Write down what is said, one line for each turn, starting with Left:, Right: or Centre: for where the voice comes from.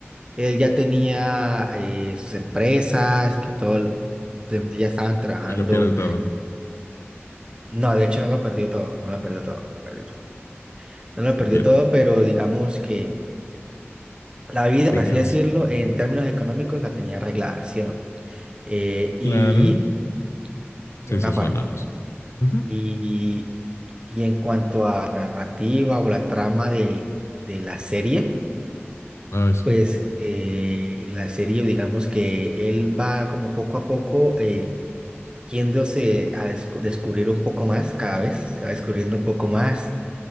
Right: él ya tenía eh, sus empresas, que todo, el- pues, ya estaban trabajando
Left: Y lo pierde todo.
Right: No, de hecho no lo perdió todo, no lo perdió todo, no lo perdió todo. No lo
Left: Lo
Right: perdió
Left: pierde.
Right: todo, pero digamos que la vida,
Left: Venganza.
Right: por así decirlo, en términos económicos la tenía arreglada, ¿sí o no? Eh, y
Left: Claro.
Right: por
Left: Sí,
Right: una
Left: sí, suena
Right: parte.
Left: razón. Ujú.
Right: Y, y en cuanto a la narrativa o la trama de, de la serie,
Left: Ah, eso.
Right: pues eh, en la serie, digamos que él va como poco a poco eh, yéndose a descu- descubrir un poco más cada vez, se va descubriendo un poco más